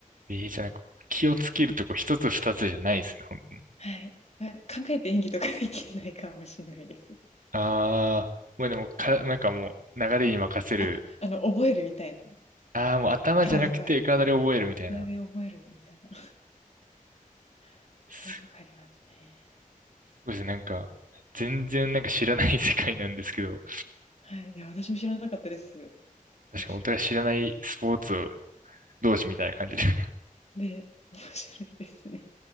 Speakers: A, on the right; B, on the left.
A: ええじゃあなんか気をつけるとこ一つ二つじゃないですね。ほん
B: はい。え考えて演技とかできないかもしんないです。
A: ああ、もうでもか、なんかもう流れに任せる。
B: あ、あの、覚えるみたいな。
A: ああ、もう頭じゃなくて体で覚えるみたいな。
B: 体が、体で覚えるみたいな。<laughs>
A: す
B: そういうとこありますね。
A: ごいですね。なんか、全然なんか知らない世界なんですけど、
B: はい。いや、私も知らなかったです。
A: 確かにお互い知らないスポーツを
B: 面白かっ
A: 同士みたいな感じで。<laughs>
B: た。で、面白いですね。